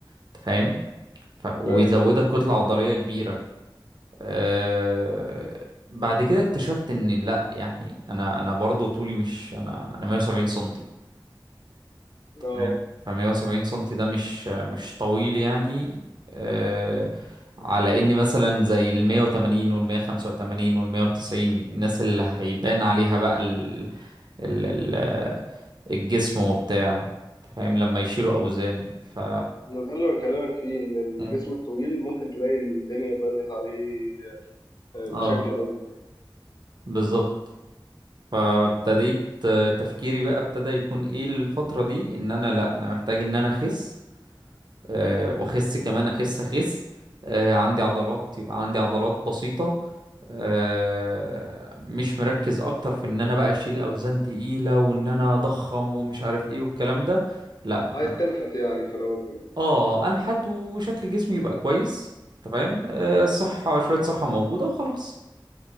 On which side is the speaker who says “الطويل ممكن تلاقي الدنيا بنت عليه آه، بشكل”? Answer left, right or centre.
Left